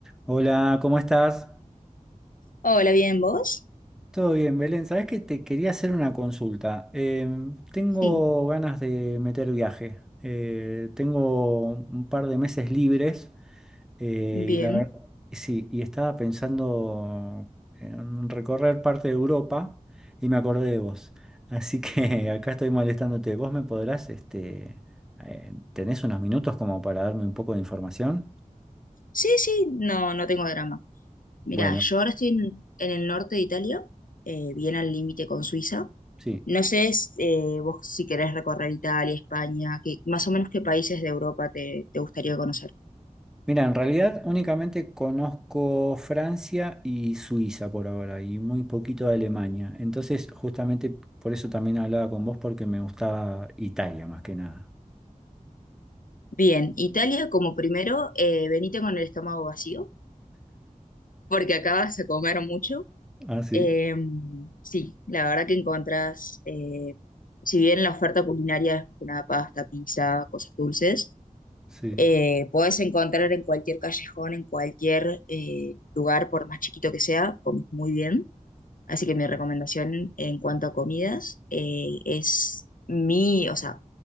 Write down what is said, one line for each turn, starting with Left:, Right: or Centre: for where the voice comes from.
Centre: Hola, ¿cómo estás?
Left: Hola, ¿bien vos?
Centre: Todo bien, Belén. Sabes que te quería hacer una consulta. Em, tengo
Left: Sí,
Centre: ganas de meter viaje. Eh, tengo un par de meses libres eh,
Left: bien.
Centre: y la verdad, sí, y estaba pensando en recorrer parte de Europa y me acordé de vos. Así que <laughs> acá estoy molestándote. ¿Vos me podrás, este, eh, tenés unos minutos como para darme un poco de información?
Left: Sí, sí, no, no tengo drama. Mira,
Centre: Bueno,
Left: yo ahora estoy en, en el norte de Italia, eh, bien al límite con Suiza.
Centre: sí.
Left: No sé s- eh, vos si querés recorrer Italia, España, que, más o menos qué países de Europa te, te gustaría conocer.
Centre: Mira, en realidad únicamente conozco Francia y Suiza por ahora y muy poquito de Alemania. Entonces, justamente por eso también hablaba con vos porque me gustaba Italia más que nada.
Left: Bien, Italia como primero, eh, venite con el estómago vacío, porque acá vas a comer mucho.
Centre: Ah, sí,
Left: Eh, sí, la verdad que encontrás, eh, si bien la oferta culinaria es más que nada pasta, pizza, cosas dulces,
Centre: sí.
Left: Eh, podés encontrar en cualquier callejón, en cualquier eh, lugar, por más chiquito que sea, comes muy bien. Así que mi recomendación en cuanto a comidas eh, es mi, o sea,